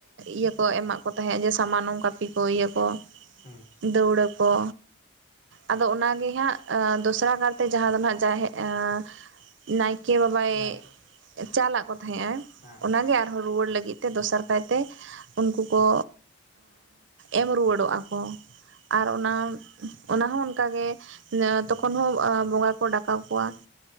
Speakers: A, on the right (about 70°); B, on the left (about 40°).
A: ᱤᱭᱟᱹ ᱠᱚ ᱮᱢᱟᱜ ᱠᱚ ᱛᱟᱦᱮᱸᱫ ᱡᱮ ᱥᱟᱢᱟᱱᱚᱢ ᱠᱟᱹᱯᱤ ᱠᱚ ᱤᱭᱟᱹ ᱠᱚ᱾
B: ᱦᱩᱸ
A: ᱫᱟᱹᱣᱲᱟᱹ ᱠᱚ᱾ ᱟᱫᱚ ᱚᱱᱟᱜᱮ ᱦᱟᱸᱜ ᱫᱚᱥᱨᱟ ᱠᱟᱨᱛᱮ ᱡᱟᱦᱟᱸ ᱫᱚ ᱱᱟᱜ ᱡᱟᱦᱮᱜᱼᱟ ᱱᱟᱭᱠᱮ ᱵᱟᱵᱟᱭ
B: ᱱᱟᱭᱠᱮ
A: ᱪᱟᱞᱟᱜ ᱠᱚ ᱛᱟᱦᱮᱸᱜᱼᱟ,
B: ᱦᱮᱸ
A: ᱚᱱᱟᱜᱮ ᱟᱨᱦᱚᱸ ᱨᱩᱣᱟᱹᱲ ᱞᱟᱹᱜᱤᱫ ᱛᱮ ᱫᱚᱥᱟᱨ ᱠᱟᱭᱛᱮ ᱩᱱᱠᱩ ᱠᱚ ᱮᱢ ᱨᱩᱣᱟᱹᱲᱚᱜᱼᱟ ᱠᱚ ᱟᱨ ᱚᱱᱟ ᱚᱱᱟ ᱦᱚᱸ ᱚᱱᱠᱟᱜᱮ ᱛᱚᱠᱷᱚᱱ ᱦᱚᱸ ᱵᱚᱸᱜᱟ ᱠᱚ ᱰᱟᱠᱟᱣ ᱠᱚᱣᱟ᱾